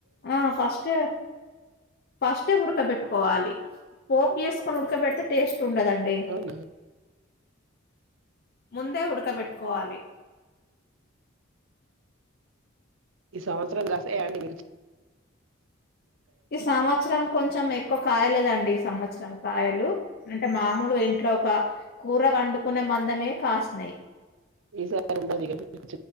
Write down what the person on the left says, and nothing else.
ఆ ఫస్ట్ ఫస్ట్ ఉడ్కబట్ కోవాలి పోపు చేసుకొని ఉడకబడితే టేస్ట్ ండదండి
ముందే ఉడకబెట్టుకోవాలి
ఈ సంవత్సరం కొంచెం ఎ కాయలేదండి ఈ సంవత్సరం కాయలు అంటే మామూలు ఇంట్లో ఒక కూర వండుకునే మందమే కాస్తున్నాయి